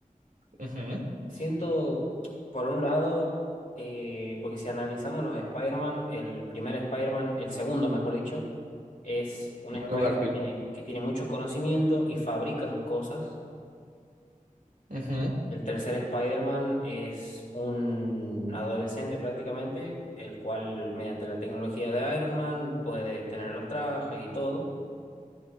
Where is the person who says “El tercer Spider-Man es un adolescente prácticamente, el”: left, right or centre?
Left